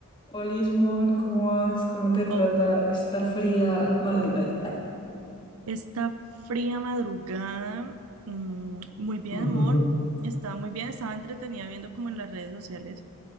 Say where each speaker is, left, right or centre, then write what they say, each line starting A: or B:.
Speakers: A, on the left; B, on the right.
A: Hola, Ismor, ¿cómo vas? ¿Cómo te trata
B: Oh,
A: esta fría madrugadita? <gasps>
B: esta fría madrugada, mm, muy bien,
A: <laughs>
B: amor. Estaba muy bien, estaba entretenida viendo como en las redes sociales,